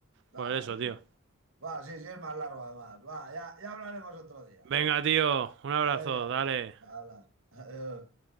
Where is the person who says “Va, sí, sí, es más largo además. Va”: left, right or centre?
Right